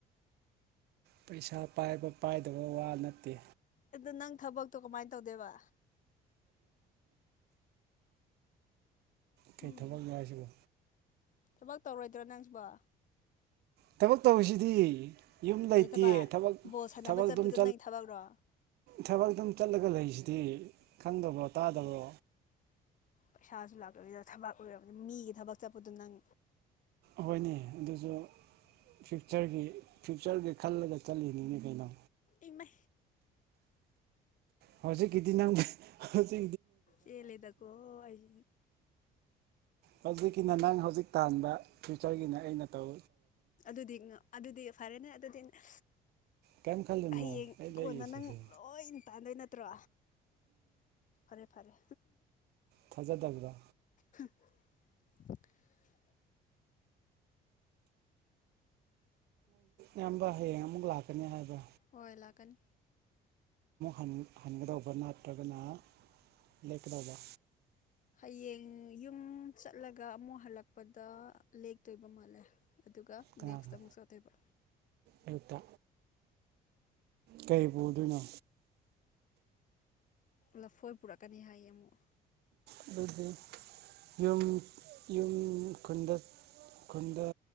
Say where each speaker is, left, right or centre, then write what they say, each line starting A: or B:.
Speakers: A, on the right (about 70°); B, on the left (about 50°).
A: ꯄꯩꯁꯥ ꯄꯥꯏꯕ ꯄꯥꯏꯗꯕ ꯋꯥ ꯅꯠꯇꯦ
B: ꯑꯗꯨ ꯅꯪ ꯊꯕꯛꯇꯣ ꯀꯃꯥꯏꯅ ꯇꯧꯗꯦꯕ
A: ꯀꯔꯤ
B: ꯎꯝ
A: ꯊꯕꯛꯅꯤ ꯍꯥꯏꯁꯤꯕꯣ
B: ꯊꯕꯛ ꯇꯧꯔꯣꯏꯗ꯭ꯔꯣ ꯅꯪꯁꯨꯕ
A: ꯇꯃꯣ ꯇꯧꯁꯤꯗꯤ ꯌꯨꯝ ꯂꯩꯇꯦ
B: ꯀꯩ ꯊꯕꯛ
A: ꯊꯕꯛꯕ
B: ꯕꯣꯜ ꯁꯥꯟꯅꯕ ꯆꯠꯄꯗꯣ
A: ꯑꯗꯨ
B: ꯅꯪ ꯊꯕꯛꯔꯣ
A: ꯊꯕꯛ ꯑꯗꯨꯝ ꯆꯠꯂꯒ ꯂꯩꯁꯤ ꯗꯤ ꯈꯪꯗꯕꯣ ꯇꯥꯗꯕꯣ
B: ꯄꯩꯁꯥꯁꯨ ꯂꯥꯛꯇꯕꯤꯗ ꯊꯕꯛ ꯑꯣꯏꯔꯕꯅꯤ ꯃꯤꯒꯤ ꯊꯕꯛ ꯆꯠꯄꯗꯨꯣ ꯅꯪ
A: ꯍꯣꯏꯅꯦ ꯑꯗꯨꯁꯨ ꯐ꯭ꯌꯨꯆꯔꯒꯤ ꯐ꯭ꯌꯨꯆꯔꯒꯤ ꯈꯜꯂꯒ ꯆꯠꯂꯤꯅꯤꯅꯦ ꯀꯩꯅꯣ
B: ꯏꯃ
A: ꯍꯧꯖꯤꯛ ꯀꯗꯤ ꯅ ꯑꯁꯤ
B: ꯌꯦꯂꯗꯀꯣ ꯑꯩ
A: ꯍꯧꯖꯤꯛꯀꯤꯅ ꯅꯪ ꯍꯧꯖꯤꯛ ꯇꯥꯟꯕ ꯐ꯭ꯌꯨꯆꯔꯒꯤꯅꯦ ꯑꯩꯅ ꯇꯧ
B: ꯑꯗꯨꯗꯤ ꯑꯗꯨꯗꯤ ꯐꯔꯦꯅꯦ ꯑꯗꯨꯗꯤꯁ
A: ꯀꯔꯤꯝ ꯈꯜꯂꯨꯅꯨ
B: ꯍꯌꯦꯡ
A: ꯑꯩ ꯂꯩꯔꯤꯁꯤꯗꯤ
B: ꯀꯣꯟꯅ ꯅꯪ ꯂꯣꯏ ꯇꯥꯟꯗꯣꯏ ꯅꯠꯇ꯭ꯔꯣ ꯐꯔꯦ ꯐꯔꯦ
A: ꯊꯖ ꯒ꯭ꯔ
B: <inaudible>
A: ꯌꯥꯝꯝꯕ ꯍꯌꯦ ꯑꯃꯛ ꯂꯥꯛ ꯥꯛꯀꯅꯤ ꯍꯥꯏꯕ
B: ꯍ ꯏꯂꯥꯛꯀꯅꯤ
A: ꯑꯃꯨꯛ ꯍꯟꯒꯗꯧꯕ ꯅꯠꯇ꯭ꯔꯒꯅ ꯂꯦꯞꯀꯗꯧꯕ
B: ꯍꯌꯦꯡ ꯌꯨꯝ ꯆꯠꯂꯒ ꯑꯃꯨꯛ ꯍꯜꯂꯛꯄꯗ ꯂꯦꯛꯇꯣꯏꯕ ꯃꯥꯜꯂꯦ ꯑꯗꯨꯒ
A: ꯀꯅꯥꯅꯣ
B: ꯅꯦꯛꯁꯇ ꯑꯃꯨꯛꯁꯨꯊꯣꯏꯕ
A: ꯑꯌꯨꯛꯇ ꯀꯩ ꯄꯨꯗꯣꯏꯅꯣ
B: ꯂꯐꯣꯏ ꯄꯨꯔꯛꯀꯅꯤ ꯍꯥꯏꯌꯦ ꯑꯃꯨꯛ
A: ꯑꯗꯨꯒ ꯌꯨꯝ ꯌꯨꯝ ꯈꯨꯟꯗ ꯈꯨꯟꯗ